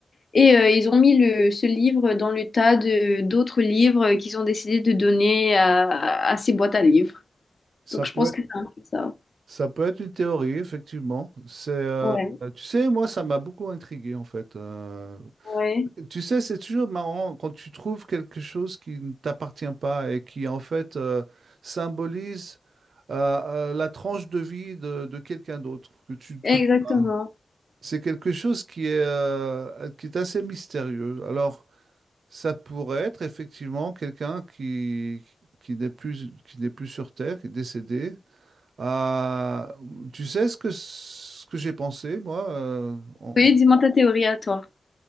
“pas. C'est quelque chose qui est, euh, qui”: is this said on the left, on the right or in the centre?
Right